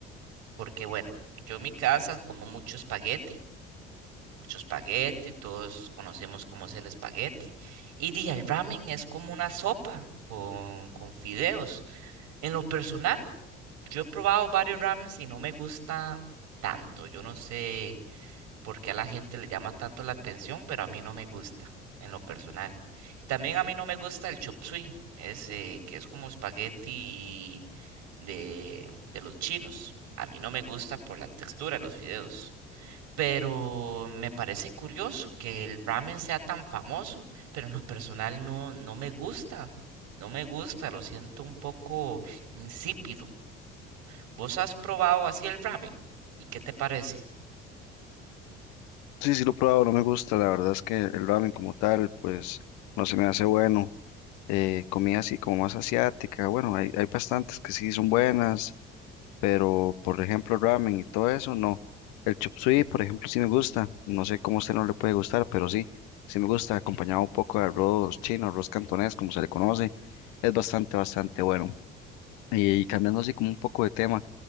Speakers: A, on the right (about 60°); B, on the left (about 60°).
A: porque bueno, yo en mi casa como mucho espagueti mucho espagueti, todos conocemos cómo es el espagueti. Y di, el ramen es como una sopa con, con fideos. En lo personal, yo he probado varios ramens y no me gusta tanto. Yo no sé por qué a la gente le llama tanto la atención, pero a mí no me gusta en lo personal. También a mí no me gusta el chop suey, ese que es como espagueti de, de los chinos. A mí no me gusta por la textura de los fideos. Pero me parece curioso que el ramen sea tan famoso, pero en lo personal no, no me gusta, no me gusta, lo siento un poco insípido. ¿Vos has probado así el ramen? ¿Y qué te parece?
B: Sí, sí lo he probado, no me gusta. La verdad es que el ramen como tal, pues no se me hace bueno. eh, comida así como más asiática. Bueno, hay, hay bastantes que sí son buenas, pero por ejemplo ramen y todo eso, no. El chop suey, por ejemplo, sí me gusta. No sé cómo a usted no le puede gustar, pero sí, sí me gusta, acompañado un poco de arroz chino, arroz cantonés, como se le conoce. Es bastante, bastante bueno. Y, cambiando así como un poco de tema,